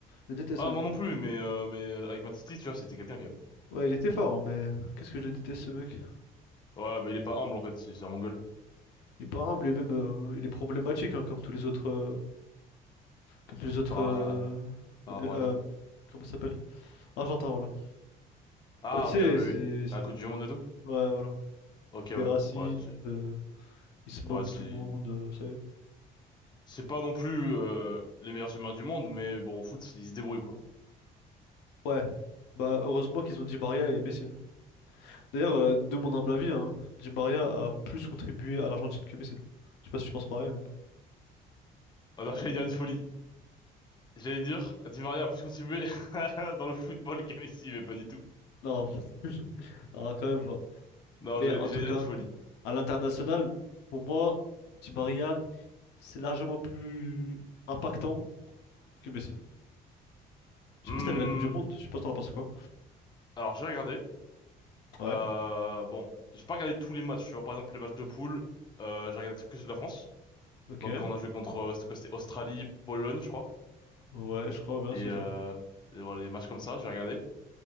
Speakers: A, on the left; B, on the left.
A: le déteste
B: Ah,
A: même.
B: moi non plus, mais, euh, mais euh, avec Man City, tu vois, c'était quelqu'un quand même.
A: Ouais, il était fort, hein, mais qu'est-ce que je le déteste ce mec.
B: Ouais, bah il est pas humble en fait, c'est c'est un mongol.
A: Il est pas humble lui-même, euh, il est problématique, hein, comme tous les autres. euh, comme tous les autres.
B: Par,
A: euh,
B: à- par
A: Amé-
B: rapport
A: euh,
B: à quoi?
A: comment ça s'appelle? Argentin, voilà.
B: Ah,
A: Bah, tu
B: ok,
A: sais,
B: oui, oui.
A: c'est
B: oui.
A: c'est
B: À la
A: des.
B: Coupe du Monde et tout?
A: Ouais, voilà.
B: Ok, ouais.
A: Des racistes,
B: Ouais, tu...
A: euh, ils se moquent
B: ouais, si.
A: de tout le monde, euh, ça y est.
B: C'est pas non plus euh, les meilleurs humains du monde, mais bon, au foot, ils se débrouillent, quoi.
A: Ouais, bah heureusement qu'ils ont Di Maria et Messi. hein. D'ailleurs, euh, de mon humble avis, hein, Di Maria a plus contribué à l'Argentine que Messi. Je sais pas si tu penses pareil, mais...
B: Alors, <laughs> j'allais dire une folie. J'allais dire, Di Maria a plus contribué <laughs> dans le football que Messi, mais pas du tout.
A: Non, non, quand même pas.
B: Non,
A: Mais
B: j'allais
A: en
B: j'allais
A: tout cas,
B: dire une folie.
A: à l'international, pour moi, Di Maria, c'est largement plus impactant que Messi. Je
B: Hmm,
A: sais pas si t'as vu la Coupe du Monde, je sais pas si t'en as pensé quoi.
B: alors, j'ai regardé.
A: Ouais,
B: Euh, bon, j'ai pas regardé tous les matchs, tu vois. Par exemple, les matchs de poule, euh, j'ai regardé que ceux de la France.
A: ok.
B: Donc, quand on a joué contre, euh, c'était quoi? C'était Australie, Pologne, je crois.
A: Ouais, je crois bien,
B: Et,
A: c'est
B: euh,
A: ça.
B: et voilà, les matchs comme ça, j'ai regardé.